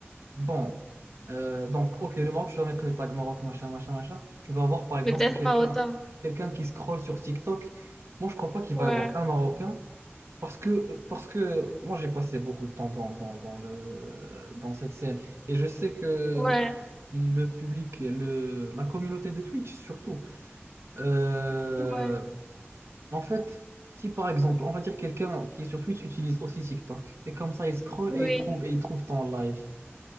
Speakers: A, on the right (about 75°); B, in the centre.
A: Bon, euh, donc, ok, le Maroc, tu vas mettre le tag Maroc, machin, machin, machin. Tu vas avoir, par exemple,
B: mais peut-être
A: quelqu'un
B: pas autant.
A: quelqu'un qui scrolle sur TikTok. Moi, je crois pas qu'il
B: Ouais,
A: va y avoir un Marocain parce que, euh, parce que moi, j'ai passé beaucoup de temps dans, dans, dans le, dans cette scène et je sais que
B: ouais,
A: le public, le, la communauté de Twitch, surtout, euh,
B: ouais,
A: en fait, si par exemple, on va dire quelqu'un qui est sur Twitch utilise aussi TikTok et comme ça, il scrolle
B: oui,
A: et il trouve, et il trouve ton live.